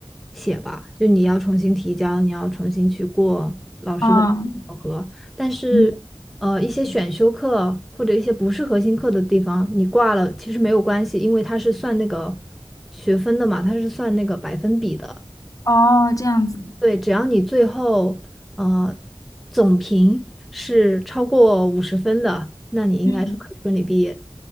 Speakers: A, in the centre; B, on the left.
A: 写吧，就你要重新提交，你要重新去过老师的考核。
B: 啊，
A: 但是，
B: 嗯
A: 呃，一些选修课或者一些不是核心课的地方，你挂了其实没有关系，因为它是算那个学分的嘛，它是算那个百分比的。
B: 哦，这样子。
A: 对，只要你最后呃总评是超过五十分的，那你应该是可以顺利毕业。
B: 嗯。